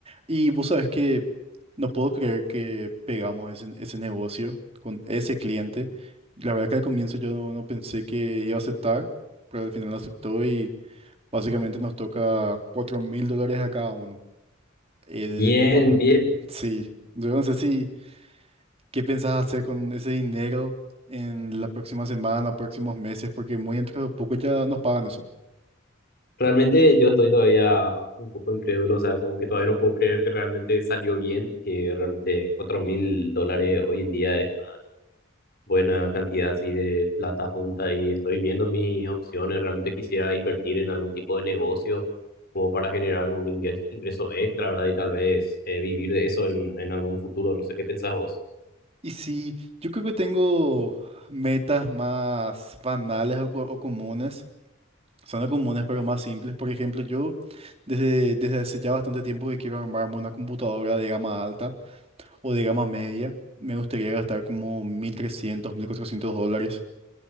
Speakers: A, on the right (about 30°); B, on the left (about 50°).
A: Y vos sabés que no puedo creer que pegamos ese, ese negocio con ese cliente. La verdad que al comienzo yo no, no pensé que iba a aceptar, pero al final lo aceptó y básicamente nos toca cuatro mil dólares a cada uno. Eh,
B: Bien,
A: pa-
B: bien.
A: <laughs> sí, yo no sé si qué pensás hacer con ese dinero en la próxima semana, próximos meses, porque muy dentro de poco ya nos pagan eso.
B: Realmente yo estoy todavía un poco incrédulo, o sea, como que todavía no puedo creer que realmente salió bien, que realmente cuatro mil dólares hoy en día es una buena cantidad así de plata junta y estoy viendo mis opciones, realmente quisiera invertir en algún tipo de negocio como para generar algún ingres- ingreso extra, ¿verdad? Y tal vez eh, vivir de eso en, en algún futuro, no sé qué pensás vos.
A: Y sí, yo creo que tengo metas más banales o, co- o comunes. Son comunes pero más simples. Por ejemplo, yo desde, desde hace ya bastante tiempo que quiero armarme una computadora de gama alta o de gama media. Me gustaría gastar como mil trescientos mil cuatrocientos dólares